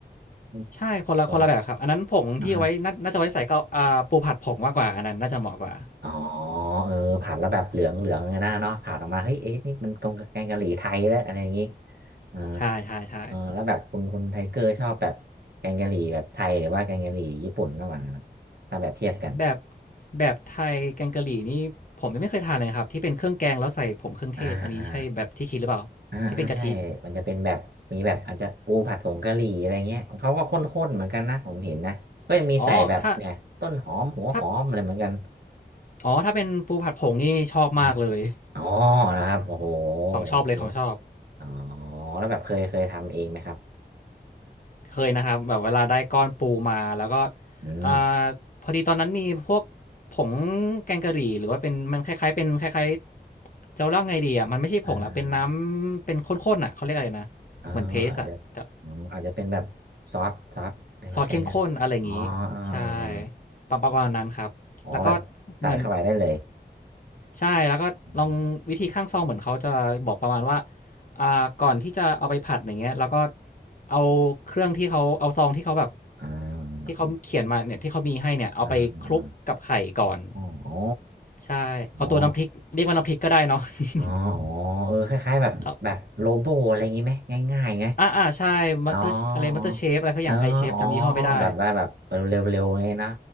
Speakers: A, on the right (about 70°); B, on the left (about 50°).
A: อืม
B: ใช่คนละคนละแบบครับอันนั้นผงที่เอาไว้น่าน่าจะไว้ใส่ข้าวอ่าปูผัดผงมากกว่าอันนั้นน่าจะเหมาะกว่า
A: เหมือนอ่าอ๋อเออผัดแล้วแบบเหลืองเหลืองไงนะเนาะผัดออกมาเฮ้ยเอ๊ะนี่มันตรงกับแกงกะหรี่ไทยแล้วอะไรอย่างนี้
B: <laughs>
A: เออ
B: ใช่ใช่ใช่
A: แล้วแบบคุณคุณไทเกอร์ชอบแบบแกงกะหรี่แบบไทยหรือว่าแกงกะหรี่ญี่ปุ่นมากกว่ากันถ้าแบบเทียบกัน
B: แบบแบบไทยแกงกะหรี่นี่ผมยังไม่เคยทานเลยครับที่เป็นเครื่องแกงแล้วใส่ผงเครื่องเทศอันนี้ใช่แบบที่คิดหรือเปล่าที่เป็นกะทิ
A: อ่าอ่า อ่าอ่าใช่มันจะเป็นแบบมีแบบอาจจะปูผัดผงกะหรี่อะไรเงี้ยเขาก็ข้นๆเหมือนกันนะผมเห็นนะก็ยังมีใส่แบบเนี่ยต้นหอมหัวหอมอะไรเหมือนกัน
B: อ๋อถ้าถ้าอ๋อถ้าเป็นปูผัดผงนี่ชอบมากเลย
A: อมอ๋อนะครับโอ้โห
B: <laughs> ของชอบเลยของชอบ
A: โอเคอ๋อแล้วแบบเคยเคยทำเองไหมครับ
B: เคยนะครับแบบเวลาได้ก้อนปูมาแล้วก็
A: อืม
B: อ่าพอดีตอนนั้นมีพวกผงแกงกะหรี่หรือว่าเป็นมันคล้ายๆเป็นคล้ายๆจะเล่าไงดีอ่ะมันไม่ใช่ผงละเป็นน้ำเป็นข้นๆอ่ะเขาเรียกอะไรนะเหมือนเพสอะแต่
A: อ่าอ่าอ๋ออาจจะอืมอาจจะเป็นแบบซอสซอสอะไรวะแกงกัสอ๋ออ่าอาอา
B: ซอสเข้มข้นอะไรอย่างนี้ใช่ประประมาณนั้นครับแล้วก็
A: อ๋อแบบใส่เข้าไปได้เลย
B: เหมือนใช่แล้วก็ลองวิธีข้างซองเหมือนเขาจะบอกประมาณว่า
A: อืม
B: อ่าก่อนที่จะเอาไปผัดอย่างเงี้ยแล้วก็เอาเครื่องที่เขาเอาซองที่เขาแบบ
A: อ่า
B: ที่เขาเขียนมาเนี่ยที่เขามีให้เนี่ยเอาไปคลุกกับไข่ก่อน
A: อ่าอ่าอ๋ออ๋อ
B: ใช่เอาตัวน้ำพริกเรียกว่าน้ำพริกก็ได้เนาะ
A: อ๋อ
B: <laughs>
A: อ๋ออ๋อเออคล้ายๆแบบแบบโลโบอะไรอย่างงี้ไหมง่ายๆไง
B: เอาอ่าอ่าใช่มัตเตอร์อะไรมัตเตอร์เชฟอะไรสักอย่างไอเชฟจำยี่ห้อไม่ได้
A: อ๋ออ๋อเอออ๋อแบบว่าแบบเร็วๆไงนะ